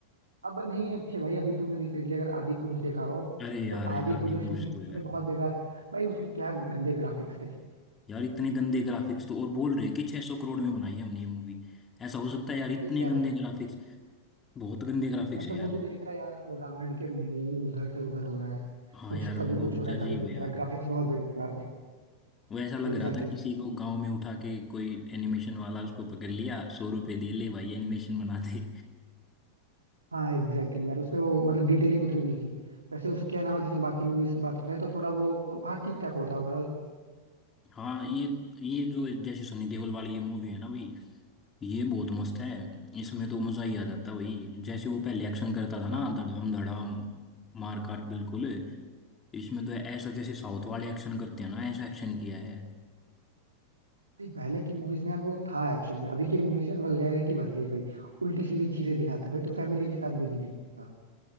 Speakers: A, on the right (about 75°); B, on the left (about 20°).
A: अब नहीं अच्छे भाई अभी तूने रिसेंटली अगर आदि पुरुष देखा हो
B: अरे यार
A: तो
B: यार
A: आदि
B: आदिपुरुष
A: पुरुष में भी उन्होंने
B: तो यार
A: बहुत बेकार भाई उसके क्या गंदे ग्राफिक्स थे
B: यार इतने गंदे ग्राफिक्स तो और बोल रहे हैं कि 600 करोड़ में बनाई है हमने ये मूवी ऐसा हो सकता है यार इतने
A: भाई कह रहा
B: गंदे
A: हूँ भाई
B: ग्राफिक्स बहुत गंदे ग्राफिक्स
A: मतलब
B: है यार
A: वो तो देख रहा है यार वो रावण के मुंह उधर से उधर हो रहा है
B: हाँ
A: कुछ
B: यार
A: कभी
B: बहुत
A: कुछ हो रहा है
B: अजीब
A: कभी कुछ
B: है यार
A: हो रहा है ग्राफिक्स बहुत बेकार थे
B: वो ऐसा लग
A: Exactly
B: रहा था
A: exactly.
B: किसी को गांव में उठा के कोई एनिमेशन वाला उसको पकड़ लिया सौ रुपए दिए ले भाई एनिमेशन बना दे
A: हाँ एग्जैक्टली exactly यार उसपे वो मतलब डिटेलिंग उतनी नहीं थी वैसे उसके अलावा जैसे बाकी मूवीज की बात करें तो थोड़ा वो हाँ ठीक ठाक होता है ओवरऑल
B: हाँ ये ये जो जैसे सनी देओल वाली ये मूवी है ना भाई ये बहुत मस्त है इसमें तो मजा ही आ जाता है भाई जैसे वो पहले एक्शन करता था ना
A: हाँ
B: धड़ाम धड़ाम मार काट बिल्कुल इसमें तो ऐसा जैसे साउथ वाले एक्शन करते हैं ना ऐसा एक्शन किया है
A: नहीं पहले की मूवीज में यार वो था एक्चुअली में अभी की मूवीज यार वल्गैरिटी भर गई है भाई उल्टी सीधी चीजें दिखाते हैं भाई तो फैमिली के साथ भी नहीं देखता